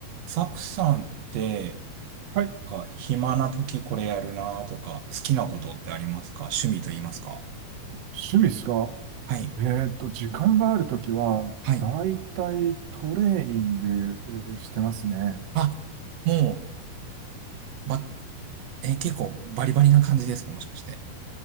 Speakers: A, on the right; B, on the right.
A: サクさんって、
B: はい
A: か、暇な時これやるなとか、好きなことってありますか趣味と言いますか
B: 趣味ですか
A: はい。
B: えっと、時間があるときは、
A: はい。
B: だいたいトレーニングえーしてますね。
A: あ、もう、ば、え、結構バリバリな感じですかもしかして。